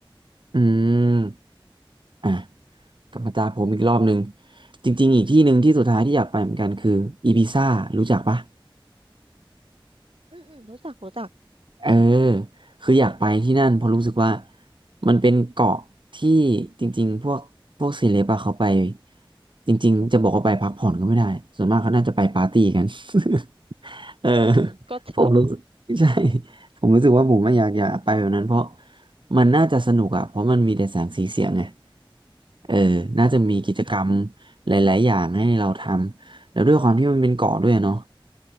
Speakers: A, on the right; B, on the right.
A: อืมอ่ะกลับมาตาผมอีกรอบหนึ่งจริงๆอีกที่หนึ่งที่สุดท้ายที่อยากไปเหมือนกันคืออีบิซ่ารู้จักปะ
B: อืมอืมรู้จักรู้จัก
A: เออคืออยากไปที่นั่นเพราะรู้สึกว่ามันเป็นเกาะที่จริงๆพวกพวกเซเลบอะเขาไปจริงๆจะบอกว่าไปพักผ่อนก็ไม่ได้ส่วนมากเขาน่าจะไปปาร์ตี้กัน <laughs> เออ
B: อืมก็ทิ้ง
A: ผมรู้สึกใช่ผมรู้สึกว่าผมไม่อยากอยากไปแบบนั้นเพราะมันน่าจะสนุกอะเพราะมันมีแต่แสงสีเสียงไงเออน่าจะมีกิจกรรม
B: อืม
A: หลายๆอย่างให้เราทำแล้วด้วยความที่มันเป็นเกาะด้วยเนาะ